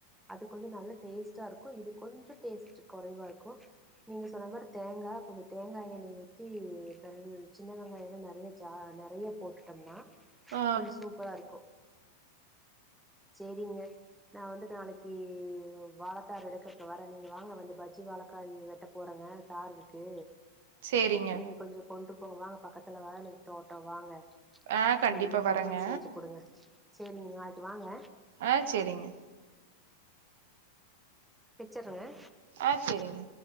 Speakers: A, in the centre; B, on the right (about 55°).
A: அது கொஞ்சொ நல்ல டேஸ்ட்டா இருக்கு இது கொஞ்சொ டேஸ்ட் கொறைவா இருக்கு நீங்க சொன்ன மாரி தேங்கா கொஞ்சொ தேங்கா எண்ணெ ஊத்தி <unintelligible> சின்ன வெங்காய எல்லா நெறைய ஜா நெறைய போட்டுட்டம்னா
B: ஆ
A: கொஞ்ச சூப்பரா இருக்கு சேரிங்க நா வந்து நாளைக்கு வாழத்தார் எடுக்கற்கு வரே நீங்க வாங்க வந்து பஜ்ஜி வாழக்காய் வெட்ட போறங்க தார் இருக்கு
B: சேரிங்க
A: நீங்க கொஞ்சொ கொண்ட்டு வவ வாங்க பக்கத்துல தா இருக்கு தோட்டொ வாங்க
B: ஆ கண்டிப்பா
A: நீங்ளு பொரியல்
B: வரேங்க
A: செஞ்சு குடுங்க சேரி நீங்க நாளைக்கு வாங்க
B: ஆஹ் செரிங்க
A: பிச்சருங்க
B: ஆஹ் செரிங்க